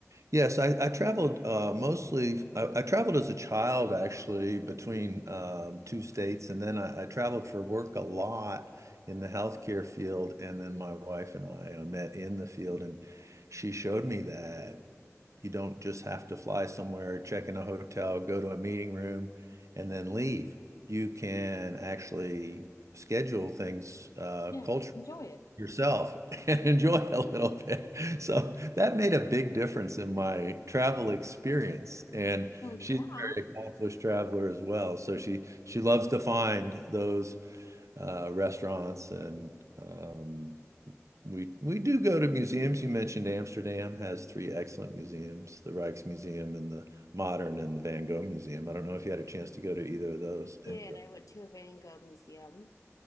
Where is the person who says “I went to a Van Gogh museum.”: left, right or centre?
Left